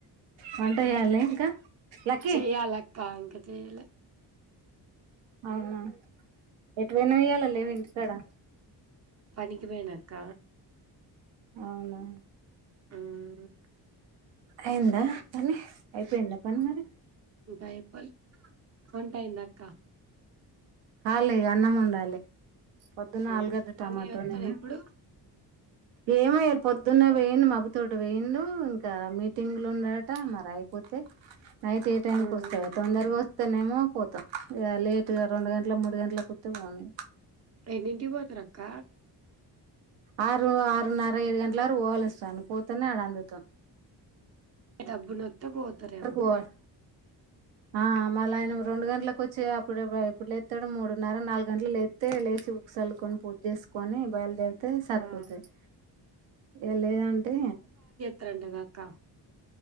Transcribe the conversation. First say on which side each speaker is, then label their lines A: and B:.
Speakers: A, on the right; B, on the right.
A: వంట చేయాలా ఇంకా లక్కీ
B: చేయాలి ఉమ్ అక్కా ఇంకా చేయిలే
A: అవునా ఎటు పోయినాయ్యాల లేవి ఇంటి కడా
B: పనికివేనా అక్క
A: అవునా
B: ఆమ్
A: అయిందా పని అయిపోయిందా పని మరి
B: గాయ ఫల్ వంటయింద అక్క
A: కాలేదో అన్నం వండాలి పొద్దున
B: మ్మ్
A: అల్లగడ్డ టమాటో
B: అన్నయ్య వత్తడా
A: వన్నినా
B: ఇప్పుడు
A: ఏమోయ్యారు పొద్దున్న వేయంండి మబుతోట వేయండు ఇంకా మీటింగ్ లో ఉన్నాడట మరి అయిపోతే నైట్ ఏ టైమ్కి
B: మ్మ్
A: వస్తవ తొందరగా నేమో పోతాం లేటుగా రెండు గంట ట్లా మూడు గంటల కోతే పోనీ
B: ఎన్నింటి పోతారు అక్క
A: ఆరు ఆరున్నర ఏడు గంటల వరకు పోలు ఇస్తాను పోతేనే ఆడ అందుతాము
B: డబ్బు నొతే పోతారేమో
A: పోవాలి ఆ మళ్ళీ ఆయన రెండు గంటలలకు వచ్చి అప్పుడు ఇప్పుడు లేస్తాడు మూడున్నర నాలుగు గంటలు లేత్తే లేచి ఉకిసలుకొని పూజతి చేసుకొని బయలుదేరుతడు అతే సరిపోతుంది
B: ఆ
A: ఏ లేదంటే
B: పండుగ అక్క